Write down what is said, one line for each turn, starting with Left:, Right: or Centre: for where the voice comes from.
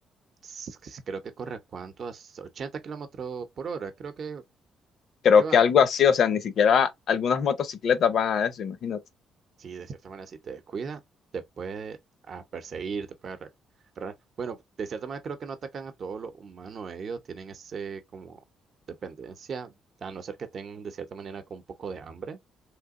Right: s- creo que corre a cuánto, a 80 kilómetros por hora, creo que,
Left: Creo
Right: que van.
Left: que algo así, o sea, ni siquiera algunas motocicletas van a eso, imagínate.
Right: Sí, de cierta manera, si te descuida, te puede ah, perseguir, te puede... re- re- Bueno, de cierta manera creo que no atacan a todos los humanos, ellos tienen ese como dependencia, a no ser que tengan de cierta manera con un poco de hambre.